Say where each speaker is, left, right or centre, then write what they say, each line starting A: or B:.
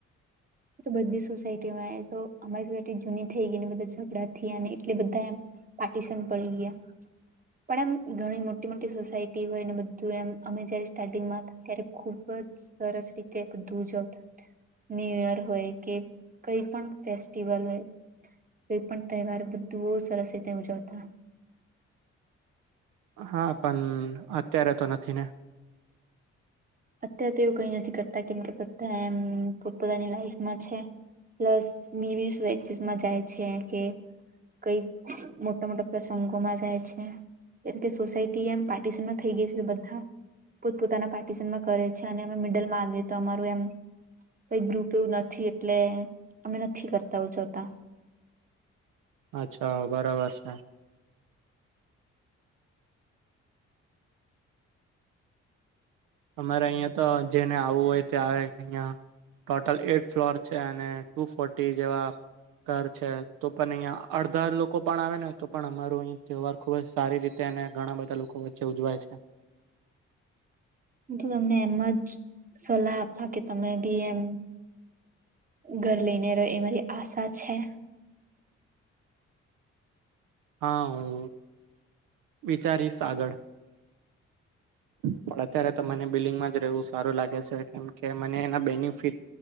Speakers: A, on the right; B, on the right.
A: તો બધી સોસાયટીમાં એ તો, અમારી સોસાયટી જૂની થઈ ગઈ, ને બધા ઝઘડા થયાને, એટલે બધા પાટીશન પડી ગયા. પણ એમ ઘણી મોટી મોટી સોસાયટી હોય, ને બધું એમ અમે જયારે સ્ટાર્ટિંગમાં હતા. ત્યારે ખુબ જ સરસ રીતે બધુ ઉજવતા, ન્યૂ યર. હોય કે કઇ પણ ફેસ્ટિવલ હોય. કઈ પણ તહેવાર બધું સરસ રીતે ઉજવતા.
B: હા પણ, અત્યારે તો નથી ને.
A: અત્ય્યારે તો એવું કઈ નથી કરતા, કેમ કે બધા એમ પોતપોતાની લાઈફમાં છે. પ્લસ મી બી વેસીસ મા જાય છે કે કઈ મોટા મોટા પ્રસંગોમાં જાય છે. કેમ કે સોસાયટી એમ પાર્ટિશનમાં થઈ ગઈ છે, બધા પોત પોતાના પાર્ટિશનમાં કરે છે, અને અમે મિડલમાં આવીએ તો અમારું એમ કઈ ગ્રુપ એવું નથી, એટલે અમે નથી કરતા ઉજવતા.
B: અચ્છા બરાબર છે. અમારે અહિયાં તો, જેને આવવું હોય તે આવે અહિયા. ટોટલ એટ ફ્લોર છે, અને ટુ ફોર્ટી જેવા ઘર છે, તો પણ અહિયાં અડધા લોકો આવે ને, તો પણ અમારું અહિ તહેવાર ખૂબ જ સારી રીતે અને ઘણા બધા લોકો વચ્ચે ઉજવાય છે
A: જો તમને એમ જ સલાહ આપુ કે તમે બી એમ ઘર લઈને રહે એ મારી આસા છે
B: હા હું વિચારીશ આગળ પણ અત્યારે તો મને બિલ્ડિંગમાં જ રહેવું સારું લાગે છે કેમ કે મને એના બેનિફિટ